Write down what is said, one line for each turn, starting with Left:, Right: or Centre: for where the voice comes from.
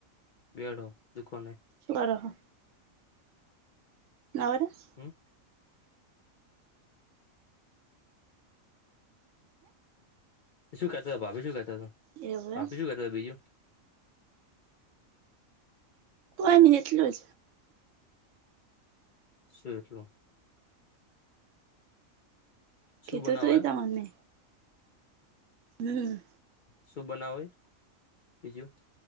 Left: બેડો દુખો ને
Right: ઉભા રહો. નવ-દસ
Left: હમ્મ. શું કેતો હતા ભાભી શું કેતા હતા
Right: હે એવું
Left: ભાભી
Right: એમ
Left: શું કેતા? બીજું
Right: બસ એટલું.
Left: શું એટલું?
Right: કીધું
Left: શું બનાવો
Right: હતું
Left: એમ
Right: તમને. હમ્મ.
Left: શું બનાવાય, બીજું